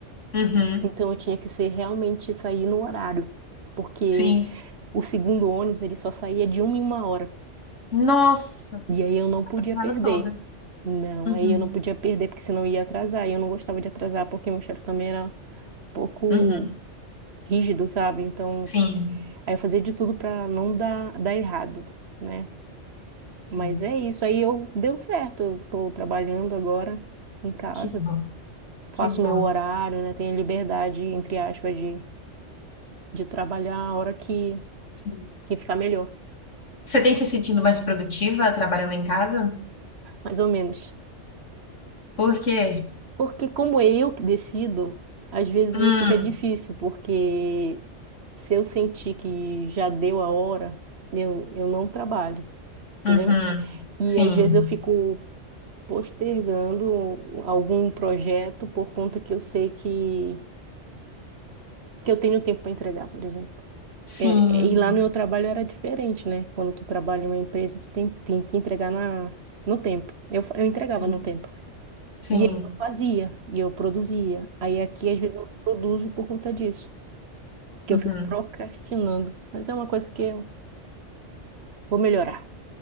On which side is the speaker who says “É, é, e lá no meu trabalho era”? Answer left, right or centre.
Right